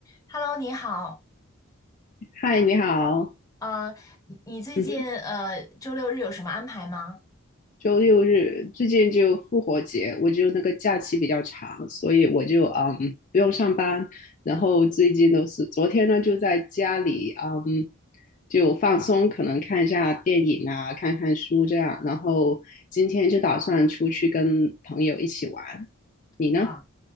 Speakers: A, on the left (about 15°); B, on the left (about 40°).
A: Hello，你好，
B: 嗨，你好。
A: 呃，你你最近呃周六日有什么安排吗？
B: 嗯哼，周六日最近就复活节，我就那个假期比较长，所以我就嗯不用上班。然后最近都是昨天呢就在家里嗯就放松，可能看一下电影啊，看看书这样。然后今天就打算出去跟朋友一起玩。你呢？
A: 哇，